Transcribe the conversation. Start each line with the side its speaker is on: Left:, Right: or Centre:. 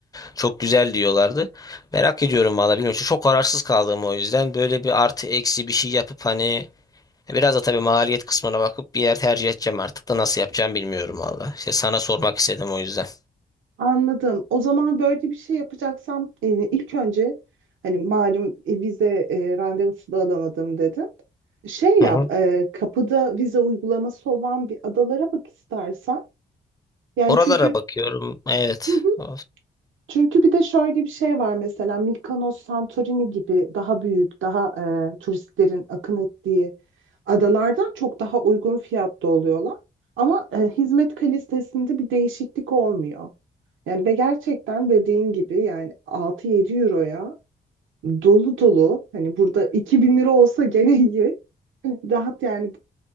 Left: Çok güzel diyorlardı. Merak ediyorum valla bilmiyorum. Çok kararsız kaldım o yüzden. Böyle bir artı eksi bir şey yapıp hani Biraz da tabii maliyet kısmına bakıp bir yer tercih edeceğim artık da nasıl yapacağım bilmiyorum valla. İşte sana sormak istedim o yüzden.
Right: Anladım. O zaman böyle bir şey yapacaksam e, ilk önce hani malum e, vize e, randevusu da alamadım dedim. Şey yap,
Left: Hı hı.
Right: e, kapıda vize uygulaması olan bir adalara bak istersen. Yani
Left: Oralara
Right: çünkü
Left: bakıyorum. Evet.
Right: <laughs>
Left: Of,
Right: Çünkü bir de şöyle bir şey var mesela Mykonos, Santorini gibi daha büyük, daha e, turistlerin akın ettiği adalardan çok daha uygun fiyatta oluyorlar. Ama e, hizmet kalitesinde bir değişiklik olmuyor. Yani ve gerçekten dediğin gibi yani 6-7 euroya dolu dolu hani burada 2000 lira olsa gene iyi. <laughs> Rahat yani